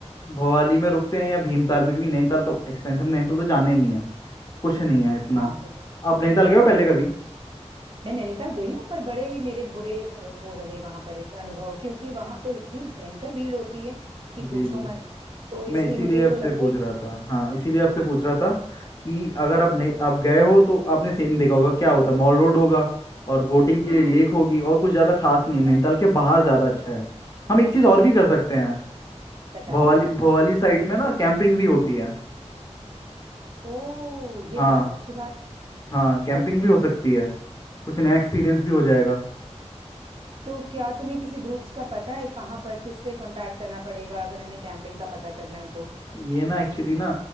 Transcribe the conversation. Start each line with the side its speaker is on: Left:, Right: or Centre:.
Left: भवाली में रुकते हैं या भीमताल में क्योंकि नैनीताल तो एक्सपेंसिव नैनीताल तो जाने नहीं है कुछ नहीं है इतना
Right: हाँ बिल्कुल
Left: आप
Right: बिल्कुल
Left: नैनीताल गए
Right: बिल्कुल
Left: हो पहले कभी
Right: मैं नैनीताल गई हूँ पर बड़े ही मेरे बुरे व- वो रहे वहां पर एक अनुभव क्योंकि वहां तो इतनी भयंकर भीड़ होती है कि पूछो
Left: जी जी
Right: मत तो इसलिए
Left: मैं इसीलिए
Right: मुझे
Left: आपसे
Right: तो लगता
Left: पूछ
Right: है कि
Left: रहा था हाँ इसीलिए आपसे पूछ रहा था कि अगर आप नहीं आप गए हो तो आपने सेम देखा होगा क्या होता है मॉल रोड होगा और बोटिंग के
Right: हाँ
Left: लिए लेक होगी और कुछ ज़्यादा खास नहीं है नैनीताल
Right: बस,
Left: के बाहर ज़्यादा अच्छा है हम एक चीज़ और
Right: बिल्कुल
Left: भी कर सकते हैं
Right: बताओ
Left: भवाली भवाली साइड में ना कैंपिंग भी होती है
Right: ओ ये
Left: हाँ
Right: तो बहुत अच्छी बात
Left: हाँ कैंपिंग
Right: ओके
Left: भी हो सकती है कुछ नया एक्सपीरियंस भी हो जाएगा
Right: तो क्या तुम्हें किसी ग्रुप्स का पता है कहाँ पर किससे कांटेक्ट करना पड़ेगा अगर हमें कैंपिंग का पता करना है तो
Left: ये ना एक्चुअली ना